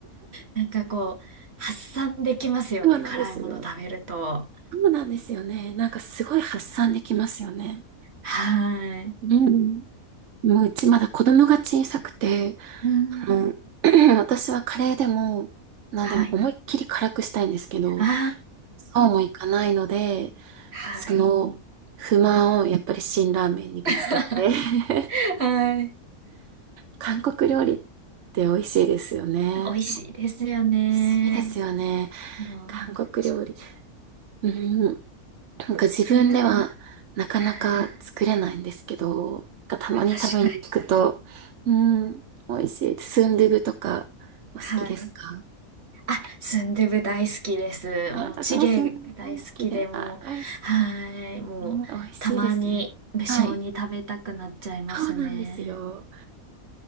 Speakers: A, on the right (about 45°); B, on the right (about 60°).
A: なんかこう、発散できますよね、
B: そうなんですよ。
A: 辛いもの食べると。
B: そうなんですよね。なんかすごい発散できますよね。
A: はい。
B: うん。もううちまだ子供が小さくて、
A: うん、
B: あの <clears throat>、私はカレーでも、なんでも思いいっきり辛くしたいんですけど、
A: はい。あ
B: そうもいかないので、
A: あ、
B: その不満をやっぱり辛ラーメンにぶつけて
A: はい。<laughs>
B: <laughs>
A: はい。
B: 韓国料理って美味しいですよね。
A: 美味しいですよね。
B: 美味しいですよね。
A: あの、
B: 韓国料理。
A: し
B: うん。なんか自分ではなかなか作れないんですけど、
A: 辛ラーはい。
B: なんかたまに食べに行くと、
A: あ、確かに。
B: うん、美味しいです。スンドゥブとかお好きですか
A: はい。あ、スンドゥブ大好きです。
B: あ、
A: もう、
B: 私もスンドゥブ大好きで、
A: チゲ大好きでもう、
B: あ、大好き。
A: はい。もう、
B: うん美味しいですよね。
A: たまに無性に食べたくなっちゃいますね。
B: はい。そうなんですよ。